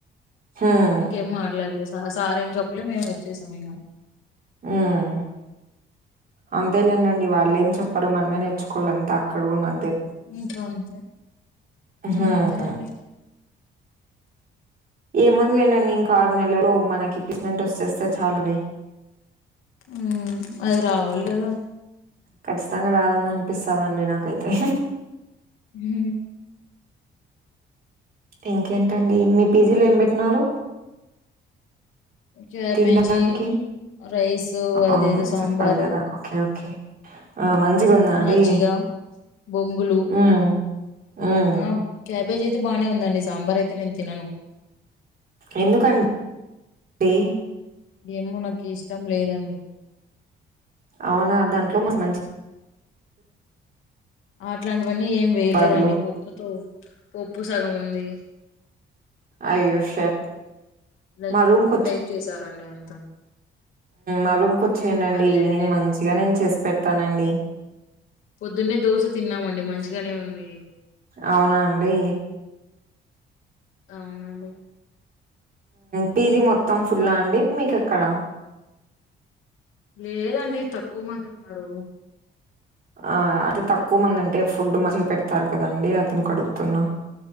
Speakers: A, on the right; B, on the left.
A: హ్మ్.
B: ఇంకేం మాట్లాడలేదు స సార్ ఏం చప్పలే మేము వచ్చేసాం ఇంగ
A: మ్మ్ అంతేలేండండి వాళ్ళెం చెప్ పరు మనమే నేర్చుకోళ్ళ అంత అక్కడ నా
B: ఇంక అంతే ఇంకా
A: ఆహా
B: అంతే
A: ఆ
B: అండి
A: ఏముంది లెండండి ఇంకా ఆరు నెలలు మనకి పిస్మెట్ వస్తేస్తే చాలండి
B: మ్మ్ అది రావాలి కదా
A: ఖచ్చితంగా రాదని అనిపిస్తాందిండి నాకైతే
B: హ
A: ఇంకేంటండి మీ పీ జీ లో ఏం పెట్టిన్నారు
B: క్యాబేజీ
A: తినడానికి
B: రైస్ అదేదో
A: అవును
B: సాంబారు
A: చెప్పాలి కదా ఓకే ఓకే ఆ
B: ఉమ్,
A: మంచిగా ఉందా అండి
B: మజ్జిగ బొంగులు
A: మ్మ్ మ్మ్
B: ఆ క్యాబేజ్ అయితే బానే ఉందండి సాంబార్ అయితే నేను తినను
A: ఎందుకన్ డి
B: ఏమో నాకు ఇష్టం లేదండి
A: అవునా దాంట్లో మరి మంచి
B: అట్లాంటివన్నీ ఏం వేయలేదండి
A: బార్లు
B: పప్పుతో పప్పు సగం ఉంది
A: అయ్యో షట్
B: న
A: మా రూమ్
B: పప్పు
A: కి
B: టైప్ చేసారండీ అంత
A: ఉ రూంకి వచ్చేయండండి
B: పర్లేదులేండి
A: ఈవినింగ్ మంచిగా నేను చేసి పెడతానండి
B: పొద్దున్నే దోశ తిన్నామండి మంచిగానే ఉంది
A: అవునాండి
B: అవునండి
A: పీజీ మొత్తం ఫుల్ అండి మీకు అక్కడ
B: లేదండి తక్కువ మంది ఉన్నారు
A: ఆ అదే తక్కువమంది అంటే ఫుడ్ మంచిగా పెడతారు కదండి అందుకు అడుగుతున్నా